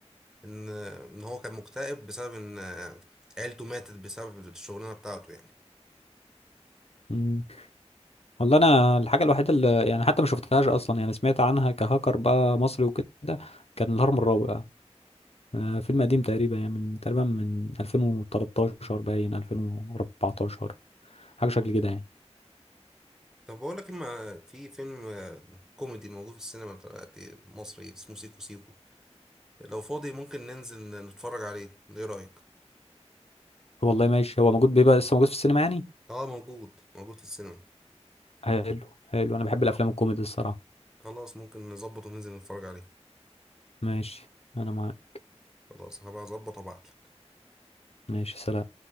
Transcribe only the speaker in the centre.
إن إن هو كان مكتئب بسبب إن آه، عيلته ماتت بسبب الشغلانة بتاعته يعني
طب بقول لك إما في فيلم آه، كوميدي موجود في السينما دلوقتي مصري اسمه سيكو سيكو لو فاضي ممكن ننزل نتفرج عليه إيه رأيك؟
اه موجود موجود في السينما
خلاص ممكن نظبط وننزل نتفرج عليه
خلاص هبقى اظبط وابعتلك